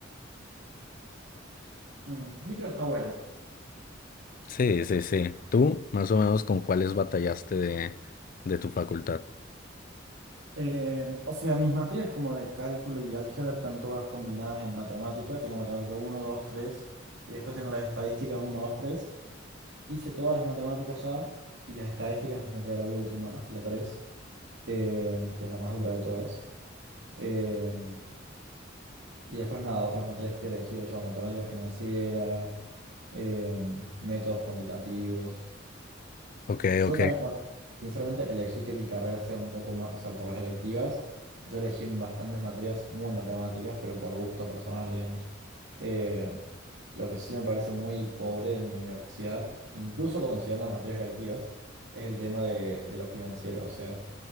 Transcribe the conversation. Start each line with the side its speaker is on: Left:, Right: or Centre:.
Right: Mm, micro está buena.
Left: Sí, sí, sí. ¿Tú más o menos con cuáles batallaste de, de tu facultad?
Right: Eh, o sea, mis materias como de cálculo y álgebra están todas combinadas en matemática. Tengo matemática uno, 2, 3 y después tengo las estadísticas uno, 2, 3. Hice todas las matemáticas ya y las estadísticas me queda la última, la 3, eh, que es la más dura de todas. Eh, Y después nada, otras materias que he elegido yo, matemática financiera, eh, métodos cuantitativos.
Left: Ok,
Right: Yo
Left: ok.
Right: también, bueno, sinceramente elegí que mi carrera sea un poco más, o sea, por las electivas, yo elegí bastantes materias muy matemáticas, pero por gusto personal, digamos. Eh, lo que sí me parece muy pobre de mi universidad, incluso considerando las materias electivas, es el tema de, de lo financiero. O sea,